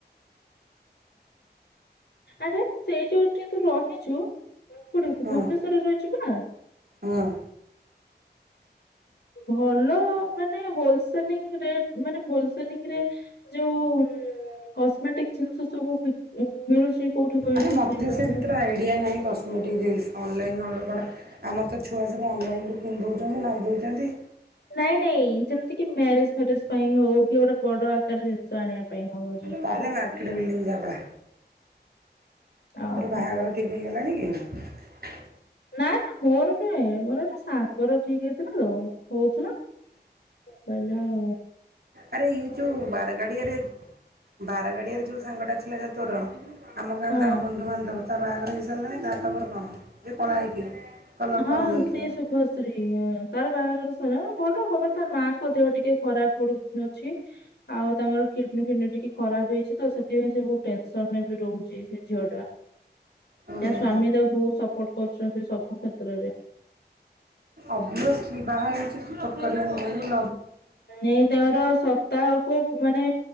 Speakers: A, on the left (about 70°); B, on the right (about 60°).
A: ଆରେ ସେଇ ଯୋଉଠି ତୁ ରହିଛୁ। ତୁ କୋଉଠି ଭୁବନେଶ୍ୱରରେ
B: ହଁ
A: ରହିଛୁ ପା।
B: ହଁ
A: ଭଲ ମାନେ ହୋଲସେଲିଂ ରେଟ ମାନେ ହୋଲସେଲିଂରେ ଯୋଉ କସ୍ମେଟିକ ଜିନିଷ ସବୁ ମିଳୁଛି। କୋଉଠି କହିଲୁ
B: ଆରେ ମୋତେ
A: ସେଇ ପାଖରେ
B: ସେ ଭିତରେ ଆଇଡ଼ିଆ ନାହିଁ କସ୍ମେଟିକ୍ ଜିନିଷ ଅନଲାଇନ୍ ଅର୍ଡ଼ର୍ କର। ଆମର ତ ଛୁଆ ସବୁ ଅନଲାଇନ କିଣି ଦଉଛନ୍ତି ନାଇଁ ଦଉଛନ୍ତି।
A: ନାଇଁ ନାଇଁ ଯେମିତି କି ମ୍ୟାରେଜ ଫ୍ୟାରେଜ ପାଇଁ ହଉ କି ଗୋଟେ ବଡ ଆକାର ଯେମତି ଜାଣିବା ପାଇଁ ହବ ଯେମିତି
B: ତାହେଲେ ମାର୍କେଟ ବିଲ୍ଡିଂ ଯାବଳା
A: ଓହୋ
B: ତୋର ବାହାଘର ଠିକ୍ ହେଇଗଲାଣି କି?
A: ନାଇ ମୋର ନୁହେଁ ମୋର ଗୋଟେ ସାଙ୍ଗର ଠିକ ହେଇଥିଲା ତ କୋହୁଥିଲା। କହିଲା ଆଉ
B: ଆରେ ଇ ଯୋଉ ବାରଗାଡିଆରେ ବାରଗାଡିଆରେ ଯୋଉ ସାଙ୍ଗଟା ଥିଲା ଯେ ତୋର ଆମ ଗାଁରେ
A: ହଁ
B: ତାଙ୍କ ବନ୍ଧୁବାନ୍ଧବ ତା ବାହାଘର ହେଇସାରିଲାଣି ତାହା ଖବର କଣ ସେଏ କଳା ହେଇକି କଲର୍
A: ହଁ
B: କମ୍ ହେଇକି
A: ସେ ଶୁଭଶ୍ରୀ ତାର ବାହାଘର ସାରିଲାଣି ଭଲ ଖବର ତା ମାଙ୍କ ଦେହ ଟିକେ ଖରାପ। ପ ଅଛି ଆଉ ତାଙ୍କର କିଡନୀ ଫିଡନୀ ଟିକେ ଖରାପ ହେଇଛି ତ ସେଥିପାଇଁ ସେ ବହୁତ ତେନ୍ସନ ରେ ବି ରହୁଛି ସେ ଝିଅ ଟା ତା
B: ଓହୋ
A: ସ୍ଵାମୀ ତାକୁ ବହୁତ ସପୋର୍ଟ କରୁଛନ୍ତି ସବୁ କ୍ଷେତ୍ରରେ।
B: ଅବ୍ୟସ୍ଲି ବାହା ହେଇଚନ୍ତି କରିବା ପଡିବ।
A: ଏଇ ତାଙ୍କର ସପ୍ତାହକୁ ମାନେ